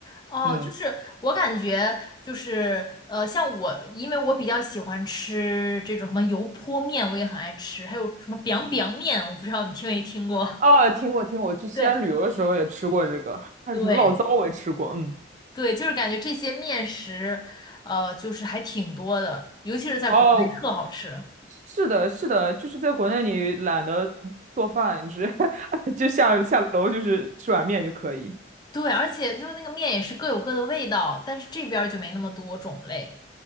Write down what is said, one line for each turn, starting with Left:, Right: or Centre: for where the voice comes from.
Left: 哦，
Right: 嗯，
Left: 就是我感觉就是呃，像我，因为我比较喜欢吃这种什么油泼面，我也很爱吃，还有什么 biang biang 面，我不知道你听没听过。
Right: 啊，
Left: <laughs>
Right: 听过听过，我去西安旅游的时候也吃过这个，
Left: 对
Right: 还有什么醪糟我也吃过。
Left: 对
Right: 嗯，
Left: 对，就是感觉这些面食，呃，就是还挺多的，尤其是在国内特好吃。
Right: 哦，是的，是的，就是在国内你懒得做饭，只 <laughs> 就下下楼就是吃碗面就可以。
Left: 对，而且就是那个面也是各有各的味道，但是这边儿就没那么多种类。